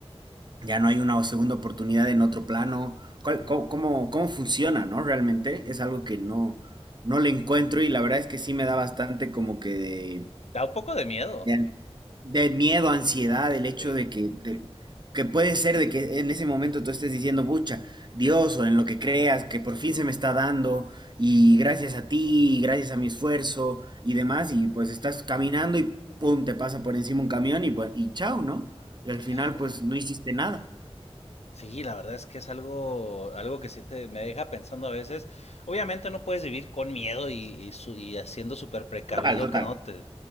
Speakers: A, on the right (about 45°); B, on the left (about 80°).
A: ya no hay una segunda oportunidad en otro plano. ¿Cuál- cómo, cómo- cómo funciona, no? Realmente es algo que no, no le encuentro y la verdad es que sí me da bastante como que de,
B: Da un poco de miedo.
A: Bien. De miedo, ansiedad,
B: <laughs>
A: el hecho
B: Sí.
A: de que, te- que puede ser de que en ese momento tú estés diciendo, pucha, Dios o en lo que creas, que por fin se me está dando y gracias a ti, y gracias a mi esfuerzo y demás, y pues estás caminando y pum, te pasa por encima un camión y, bu- y chao, ¿no? Y al final
B: Claro.
A: pues no hiciste nada.
B: Sí, la verdad es que es algo, algo que sí te, me deja pensando a veces. Obviamente no puedes vivir con miedo y, y, su- y haciendo súper precavido,
A: Total, total.
B: quedándote,